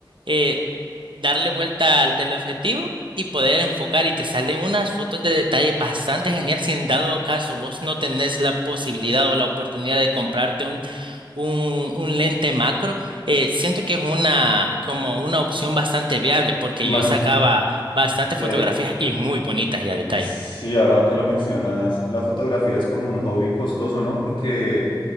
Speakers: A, on the right (about 80°); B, on the left (about 80°).
A: eh, darle vuelta al teleobjetivo y poder enfocar y te salen unas fotos de detalle bastante genial si en dado caso vos no tenés la posibilidad o la oportunidad de comprarte un, un, un lente macro, eh, siento que es una como una opción bastante viable porque
B: Más,
A: yo sacaba bastante
B: sí,
A: fotografías y muy bonitas y a detalle.
B: sí, ahora que lo mencionas, la fotografía es como un hobby costoso, ¿no? Porque,